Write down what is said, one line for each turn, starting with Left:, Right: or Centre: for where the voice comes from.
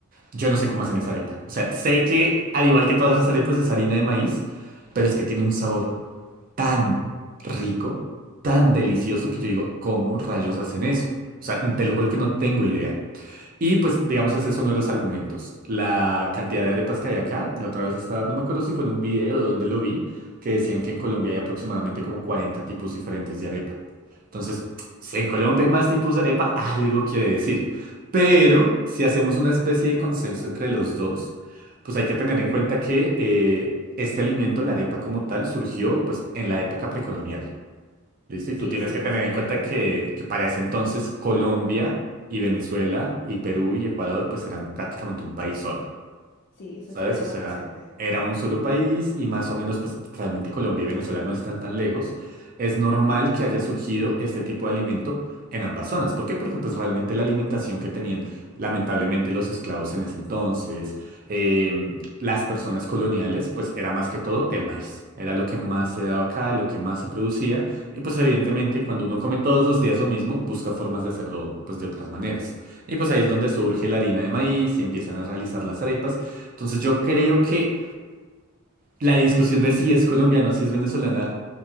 Right: Yo no sé cómo hacen esa arepa. O sea, sé que al igual que todas las arepas es harina de maíz, pero es que tiene un sabor tan rico, tan delicioso que yo digo, ¿cómo rayos hacen eso? O sea, te
Left: Ujú.
Right: lo juro que no tengo idea. Y pues, digamos, ese es uno de los argumentos. La cantidad de arepas que hay acá, la otra vez estaba, no me acuerdo si fue en un video o donde lo vi, que decían que en Colombia hay aproximadamente como 40 tipos diferentes de arepa. Entonces, si en Colombia hay más tipos de arepa, algo quiere decir. Pero si hacemos una especie de consenso entre los dos, pues hay que tener en cuenta que eh, este alimento, la arepa como tal, surgió pues en la época precolonial. Listo, y
Left: Sí,
Right: tú tienes
Left: sí,
Right: que
Left: eso
Right: tener
Left: sí lo
Right: en
Left: tengo
Right: cuenta
Left: entendido.
Right: que, que para ese entonces Colombia y Venezuela y Perú y Ecuador pues eran prácticamente un país solo.
Left: Sí, eso
Right: ¿Sabes?
Left: sí lo tengo
Right: O sea,
Left: presente.
Right: era un solo país y más o menos, pues realmente Colombia y Venezuela no están tan lejos. Es normal que haya surgido este tipo de alimento en ambas zonas. ¿Por qué? Porque pues realmente la alimentación que tenían lamentablemente los esclavos en ese entonces, em, las personas coloniales, pues era más que todo el maíz. Era lo que más se daba acá, lo que más se producía. Y pues evidentemente cuando uno come todos los días lo mismo, busca formas de hacerlo pues de otras maneras. Y pues ahí es donde surge la harina de maíz y empiezan a realizar las arepas. Entonces yo creo que la discusión de si es colombiana o si es venezolana